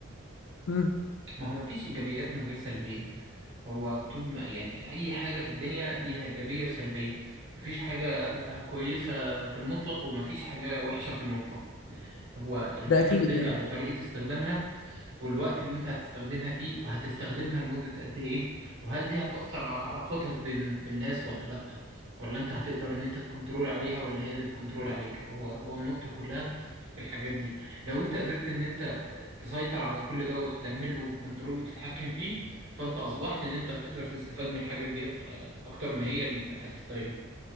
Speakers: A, on the left (about 75°); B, on the right (about 60°).
A: امم
B: ما هو مفيش إيجابيات من غير سلبيات هو طول ما يعني أي حاجة في الدنيا ليها إيجابية وسلبية مفيش حاجة كويسة في المطلق ومفيش حاجة وحشة في المطلق هو الفكرة
A: ده أكيد
B: بترجع
A: يعني
B: لطريقة استخدامها والوقت اللي انت هتستخدمها فيه وهتستخدمها لمدة قد ايه وهل دي هتأثر على علاقاتك بين بالناس ولا لأ ولا انت هتقدر ان انت تكنترول عليها ولا هي اللي تكنترول عليك هو هو النقطة كلها في الحاجات دي لو انت قدرت ان انت تسيطر على كل دوت وتعمل له كنترول وتتحكم فيه فانت اصبحت ان انت هتقدر تستفاد من الحاجات ديت اه، اكتر ما هي اللي هتستغلك